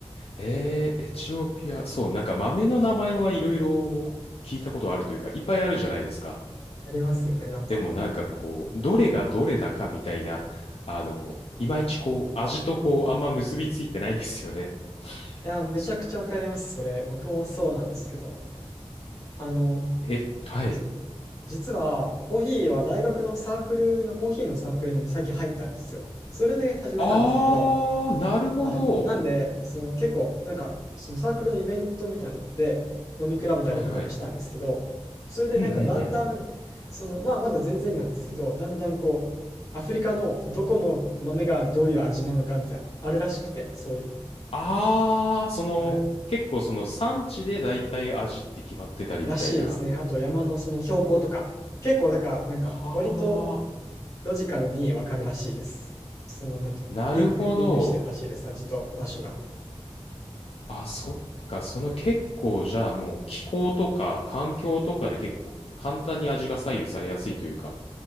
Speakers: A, on the left; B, on the left.
A: えー、エチオピア。そう、なんか豆の名前はいろいろ聞いたことあるというか、いっぱいあるじゃないですか。
B: ありますよね、なんか。
A: でもなんかこう、どれがどれだかみたいな、あの、いまいちこう、味とこう、あんま結びついてないんですよね。
B: いや、めちゃくちゃわかります、
A: そう。
B: それ。僕もそうなんですけど、あの、
A: え、はい。
B: じ、実は、コーヒーは大学のサークルの、コーヒーのサークルに最近入ったんですよ。それで始めたんですけど、
A: あー、なるほど。
B: はい、ななんで、その結構、なんか、そのサークルのイベントみたいなので、飲み比べたりとかもしたんですけど、
A: はいはい。
B: それでなんかだんだん、
A: うん、うん、うん、うん。
B: その、まあまだ全然なんですけど、だんだんこう、アフリカのどこの豆がどういう味なのかみたいな、あるらしくて、そういう。
A: あー、その、
B: はい。
A: 結構その産地で大体味って決まってたりみたいな。
B: らしいですね。あと山のその標高とか、結構だから、なんか、
A: は
B: 割とロジカルにわかるらしいです。その、なんていうの、
A: ー、なるほど。
B: リンク、リンクしてるらしいです。味と場所が。
A: あ、そっか。その結構じゃあもう気候とか環境とかで結構簡単に味が左右されやすいというか。